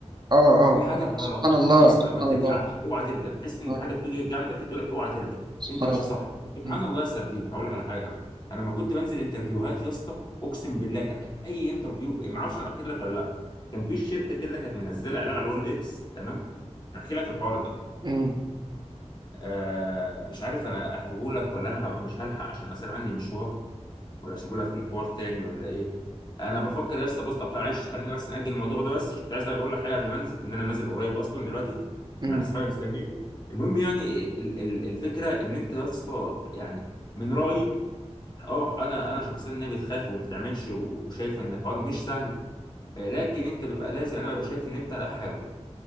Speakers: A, on the right; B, on the left.
A: اه اه
B: في حاجه محركاك
A: سبحان الله
B: اه يا اسطى
A: سبحان
B: ما ترجعش
A: الله
B: اوعى ترجع تحس ان
A: اه
B: في حاجه بتيجي جنبك كده تقول لك اوعى ترجع
A: سبحان
B: انت ماشي
A: الله
B: صح سبحان
A: م-
B: الله يا سردينه هقول لك على حاجه كمان انا لما كنت بنزل انترفيوهات يا اسطى اقسم بالله كان اي انترفيو ما اعرفش انا حكيت لك ولا لا كان في شركه كده كانت منزله اعلان على الاول اكس تمام انا احكي لك الحوار ده
A: م-
B: آه مش عارف انا احكيه لك ولا انا هبقى مش هلحق عشان اصل عندي مشوار ولا اسيبهولك للحوار تاني ولا ايه انا بفكر يا اسطى بص طب معلش خلينا بس نأجل الموضوع ده بس كنت عايز اقول لك حاجه قبل ما انزل ان انا نازل قريب اصلا دلوقتي
A: م.
B: يعني عايز صحابي مستنيني المهم يعني ال ال الفكره ان انت يا اسطى يعني من رايي اه انا انا شخصيا إن هي بتخاف وما بتعملش و- وشايف ان الحوار مش سهل آه، لكن انت بيبقى لازم انا ببقى شايف ان انت لا حاول